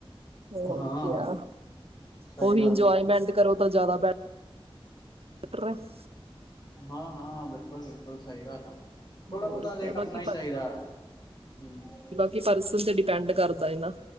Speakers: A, on the right; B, on the left.
A: ਹੋਰ
B: ਹਾਂ
A: ਕਿਆ
B: ਸਹੀ
A: ਉਹੀ
B: ਗੱਲ
A: ਇੰਜੋਏਮੈਂਟ
B: ਆ
A: ਕਰੋ ਤਾਂ ਜ਼ਿਆਦਾ ਬੈਠ <unintelligible>
B: ਹਾਂ-ਹਾਂ, ਬਿਲਕੁਲ ਬਿਲਕੁਲ ਸਹੀ ਗੱਲ ਆ। ਥੋੜਾ ਬਹੁਤਾ
A: ਹੋਰ
B: ਤੇ
A: ਕਿਆ
B: ਕਰਨਾ
A: ਬਾਕੀ
B: ਹੀ ਚਾਹੀਂਦਾ, ਹੂੰ।
A: ਕਿ ਪਰਸਨ ਤੇ ਡਿਪੈਂਡ ਕਰਦਾ ਏ ਨਾ,